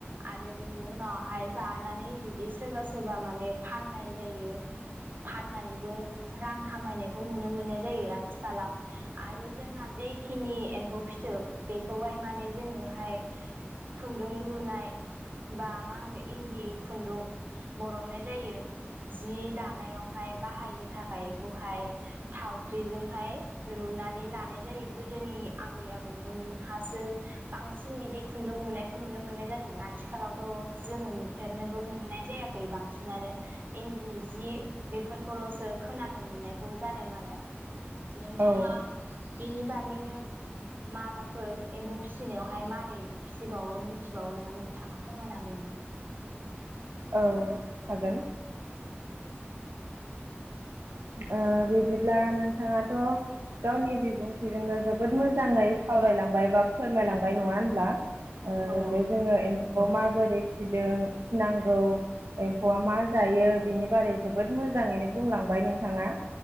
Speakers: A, on the right; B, on the right.
A: आरो बिनि उनावहाय जानानै जुदि सोरबा सोरबा माने फाननाय जायो।
B: <inaudible>
A: फाननानैबो रां खामायनायखौ नुनो मोननाय जायो आथिखालाव आरो जोंहा जे खिनि एम्फौ फिथोब बेखौहाय माने जोङोहाय खुन्दुं लुनाय बा मा होनो इन्दि खुन्दुं बरननाय जायो जि दानायावहाय बाहायनो थाखाय बेखौहाय थावख्रिजोंहाय लुनानै लानाय जायो गोदोनि आबै आबौमोनहासो बांसिन बिदि खुन्दुं लुनायखौ नुनो मोननाय जादोंमोन आथिखालावथ' जोङो नुफेरनोबो मोननाय जायाखै बांसिनानो इन्दिनि जि बेफोरखौल'सो खोनानो मोननायखौ जादों आरो नोंथाङा
B: औ
A: बिनि बागैनो माबाफोर एम्फौ फिसिनायावहाय मारै फिसिबावो मिन्थिबावो नामा नोंथाङा फोरमायनो हागोन नामा‌?
B: औ हागोन। ओ बिदिब्ला नोंथाङाथ' गावनि बिबुंथिजोंनो जोबोद मोजाङै सावरायलांबाय बा फोरमायलांबाय नङा होनब्ला? ओ‌
A: औ
B: बे जोङो एम्फौखौ माबोरै फिदों फिनांगौ एम्फौआ मा जायो बिनि बारै जोबोद मोजाङैनो बुंलांबाय नों थाङा